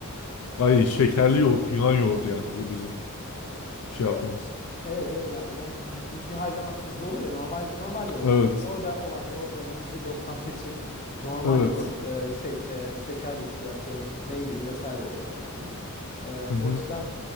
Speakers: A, on the left; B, on the left.
A: Ay şekerli yoğurt, Yunan yoğurdu yani bu bizim
B: e-
A: şey yaptığımız.
B: e- Evet evet ya, ya di- bizde her zaman tuzlu olur ya normal normal yoğurt
A: Evet,
B: olur. Orada olan yoğurtların yüzde doksan beşi normal
A: evet.
B: yoğurt. Ee, şey e, şekerli işte atıyorum meyveli vesaire oluyor genelde. Ee, o
A: Hı hı,
B: açıdan